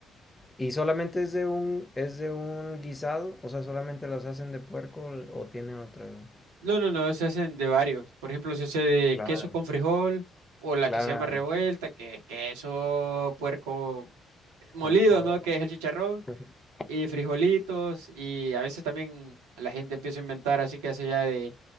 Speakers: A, on the left; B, on the right.
A: ¿Y solamente es de un, es de un guisado? O sea, ¿solamente las hacen de puerco o o tienen otra?
B: No, no, no, se hacen de varios. Por ejemplo, se hace de
A: Claro,
B: queso con frijol o la
A: claro,
B: que se llama revuelta, que es queso puerco eh, molido,
A: con todo,
B: ¿no? Que es el chicharrón
A: <laughs>
B: y frijolitos y a veces también la gente empieza a inventar, así que hace ya de